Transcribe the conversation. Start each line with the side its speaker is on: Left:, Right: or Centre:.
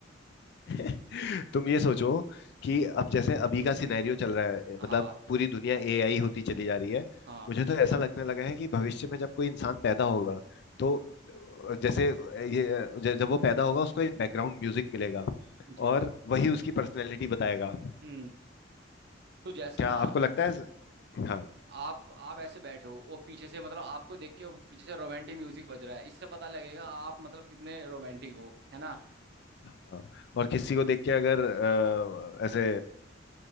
Left: <laughs> तुम ये सोचो कि अब जैसे अभी का सिनेरियो चल रहा है
Right: हाँ
Left: मतलब पूरी दुनिया एआई होती चली जा रही है
Right: हाँ
Left: मुझे तो ऐसा लगने लगा है कि भविष्य में जब कोई इंसान पैदा होगा तो अ, जैसे ये ज- जब वो पैदा होगा उसको एक बैकग्राउंड म्यूजिक मिलेगा
Right: जी
Left: और वही उसकी पर्सनैलिटी बताएगा
Right: हम्म तो जैसे
Left: क्या
Right: ना
Left: आपको लगता है हाँ
Right: आप आप ऐसे बैठे हो वो पीछे से मतलब आपको देख के वो पीछे से रोमांटिक म्यूजिक बज रहा है इससे पता लगेगा आप मतलब कितने रोमांटिक हो है ना
Left: हाँ, और किसी को देख के अगर अ, ऐसे